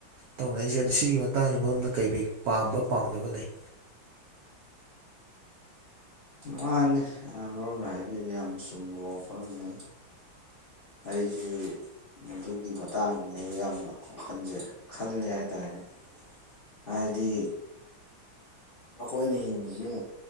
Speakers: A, on the right; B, on the left.
A: ꯇꯧꯅꯔꯤꯁꯦ ꯑ ꯁꯤꯒꯤ ꯍꯛꯇꯥꯥꯡꯒꯤ ꯃꯔꯝꯅ ꯀꯩꯀꯩ ꯄꯥꯝꯕ ꯄꯥꯝꯗꯕ ꯂꯩ
B: ꯃꯥꯅꯦ ꯑꯃꯔꯣꯝꯅ ꯍꯥꯏꯕꯤꯗꯤ ꯌꯥꯝ ꯆꯨꯝꯕ ꯋꯥꯐꯝꯅꯦ ꯑꯩꯁꯨ ꯑꯗꯨꯒꯤ ꯃꯇꯥꯡꯅꯦꯕ ꯌꯥꯝꯅ ꯋꯥꯈꯜꯁꯦ ꯈꯜꯂꯦ ꯍꯥꯏꯇꯥꯔꯦꯅꯦ
A: <unintelligible> <inaudible>
B: ꯍꯥꯏꯗꯤ ꯑ ꯑꯩꯣꯏ ꯅ ꯍ